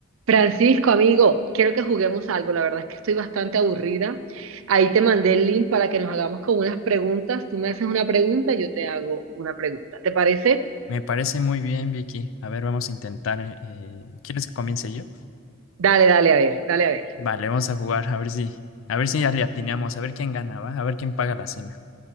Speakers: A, on the right; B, on the left.
A: Francisco, amigo, quiero que juguemos algo. La verdad es que estoy bastante aburrida. Ahí te mandé el link para que nos hagamos con unas preguntas. Tú me haces una pregunta, yo te hago una pregunta. ¿Te parece?
B: Me parece muy bien, Vicky. A ver, vamos a intentar. eh, eh, ¿quieres que comience yo?
A: Dale, dale, a ver, dale, a ver.
B: Vale, vamos a jugar, a ver si, a ver si ya le atinamos, a ver quién gana, ¿va? A ver quién paga la cena.